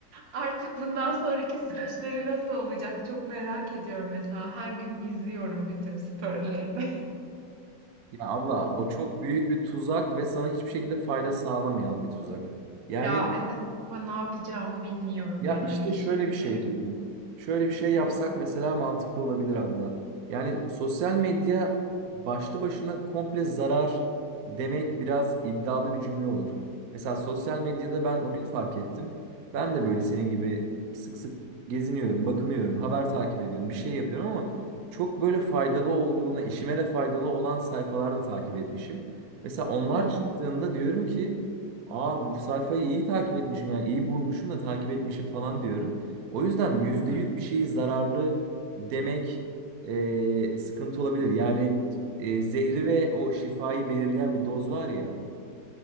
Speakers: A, on the right; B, on the right.
A: Artık bundan sonraki süreçleri nasıl olacak çok merak ediyorum mesela. Her gün izliyorum bütün storylerini.
B: Ya abla o çok büyük bir tuzak ve sana hiçbir şekilde fayda sağlamayan bir tuzak. Yani
A: Ya evet ama ne yapacağımı bilmiyorum
B: Ya
A: yani.
B: işte
A: İş
B: şöyle
A: ilerim.
B: bir şey diyeyim. Şöyle bir şey yapsak
A: Hı
B: mesela mantıklı olabilir abla. Yani sosyal medya başlı başına komple zarar demek biraz iddialı bir cümle olur. Mesela sosyal medyada ben o gün fark ettim. Ben de böyle senin gibi sık sık geziniyorum, bakınıyorum, haber takip ediyorum, bir şey yapıyorum ama çok böyle faydalı olduğuna, işime de faydalı olan sayfalarda takip etmişim. Mesela onlar
A: hı.
B: çıktığında diyorum ki Aa bu sayfayı iyi takip etmişim yani iyi bulmuşum da takip etmişim falan diyorum. O yüzden yüzde
A: hı.
B: yüz bir şeyi zararlı demek e, sıkıntı olabilir. Yani e, zehri ve o şifayı belirleyen bir doz var ya.